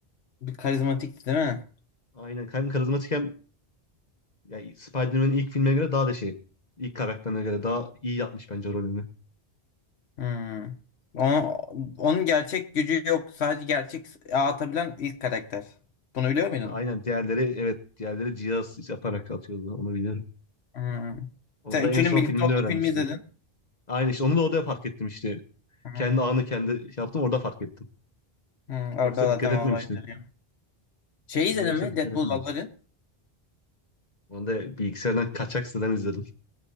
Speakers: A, on the left; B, on the left.
A: Bir karizmatikti değil
B: Hani,
A: mi?
B: aynen. Hem karizmatik hem Yani Spider-Man'in ilk filmine göre daha da şey. ilk karakterine göre daha iyi yapmış bence rolünü.
A: Hmm. Ona- onun gerçek gücü yok. Sadece gerçek atabilen ilk karakter. Bunu biliyor muydun?
B: Aynen diğerleri evet diğerleri cihaz yaparak atıyordu onu biliyorum.
A: Hmm.
B: Onu
A: Sen
B: da
A: üçünün
B: en son
A: birlikte
B: filmini
A: olduğu
B: öğrenmiştim.
A: filmi izledin.
B: Aynen işte onu da orada fark ettim işte.
A: Hmm.
B: Kendi anı kendi şey yaptım orada fark ettim.
A: Hmm. Orada
B: Yoksa
A: zaten
B: dikkat etmemiştim.
A: olayları. Şey
B: Onu
A: izledin
B: yoksa
A: mi?
B: dikkat
A: Deadpool
B: etmemiştim.
A: Wolverine.
B: Onu da bilgisayardan kaçak siteden izledim.